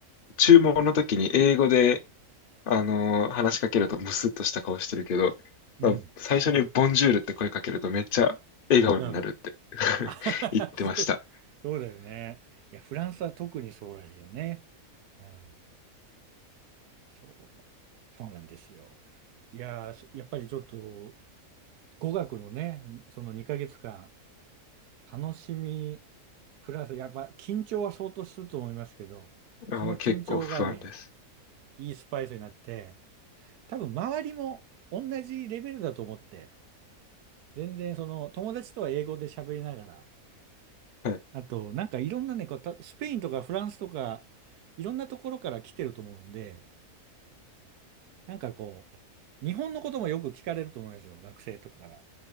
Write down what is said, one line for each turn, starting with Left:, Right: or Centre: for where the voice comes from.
Left: 注文の時に英語で、あの、話しかけるとムスッとした顔してるけど、
Right: うん。
Left: まあ最初にボンジュールって声かけるとめっちゃ笑顔になるって
Right: うん。
Left: <laughs>
Right: あ <laughs> ははそう、
Left: 言ってました。
Right: そうだよね。いや、フランスは特にそうらしいよね。うん。そう。そうなんですよ。いやー、やっぱりちょっと、語学のね、その2ヶ月間、楽しみ、プラス、やっぱ緊張は相当すると思いますけど、
Left: あの、
Right: その緊張がね、
Left: 結構不安です。
Right: いいスパイスになって、多分周りも同じレベルだと思って、全然その友達とは英語で喋りながら、
Left: はい。
Right: あとなんかいろんなね、こうたスペインとかフランスとか、いろんなところから来てると思うんで、なんかこう、日本のこともよく聞かれると思いますよ、学生とかから。